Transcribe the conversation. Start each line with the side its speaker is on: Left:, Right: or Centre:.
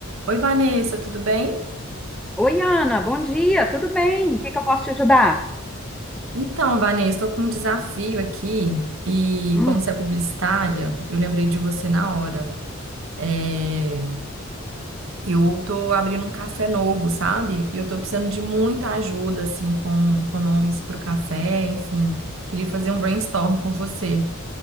Right: Oi, Vanessa, tudo bem?
Centre: Oi, Ana, bom dia, tudo bem? O que que eu posso te ajudar?
Right: Então, Vanessa, estou com um desafio aqui e,
Centre: Hum,
Right: como você é publicitária, eu lembrei de você na hora. É, eu estou abrindo um café novo, sabe? E eu estou precisando de muita ajuda, assim, com, com nomes para o café, enfim. Queria fazer um brainstorm com você.